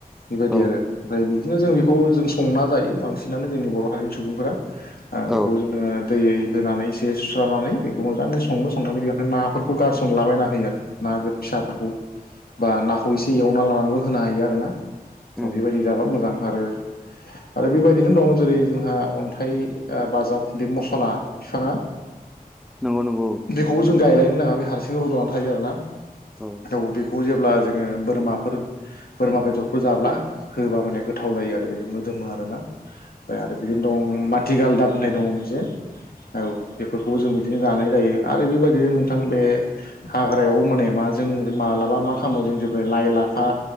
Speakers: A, on the left; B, in the centre.
A: बेबायदि
B: औ
A: आरो। ओमफ्राय बिदिनो जों बेखौ जों संना जायो बांसिनानो जोंनि बर' हारिनि सुबुंफोरा। ओ
B: औ
A: बेखौ जोङो दै होनानै एसे सुस्रानानै बेखौ मोजाङै सङो संनानै बेवहाय नाफोरखौ गारसनलाबायना होयो आरो। ना फिसाफोरखौ बा नाखौ एसे एवना लानानैबो होनो हायो आरो ना स'
B: उम
A: बेबायदि जाबा मोजां आरो आरो बेबायदिनो दं जेरै जोंहा अन्थाइ बाजाब बे मसला <unintelligible>
B: नंगौ नंगौ।
A: बेखौबो जों गायलायनो नाङा बे हारसिं र'नानै थायो आरोना।
B: औ।
A: औ बेखौ जेब्ला जोङो बोरमाफोर बोरमा बेदरफोर जाब्ला होबा माने गोथाव जायो आरो बेदि मोदोमो आरोना। ओमफ्राय आरो बिदिनो दं माथि गालदाब होननाय दङ मोनसे औ बे- फोरखौबो जों बिदिनो जानाय जायो आरो बेबायदिनो नोंथां बे हाग्रायाव माने मा जों मालाबा मा खालामो जों जेब्ला लाइ-लाफा